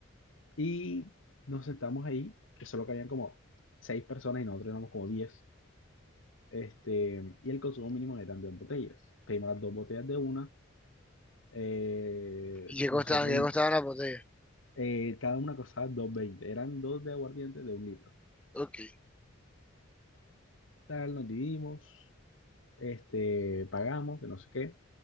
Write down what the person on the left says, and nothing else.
Y nos sentamos ahí, que solo cabían como seis personas y nosotros éramos como diez. Este, y el consumo mínimo de tantas botellas. Pedimos las dos botellas de una. eh,
nosotros,
eh, cada una costaba dos veinte Eran dos de aguardiente de un litro.
Tal, nos dividimos, este, pagamos, de no sé qué.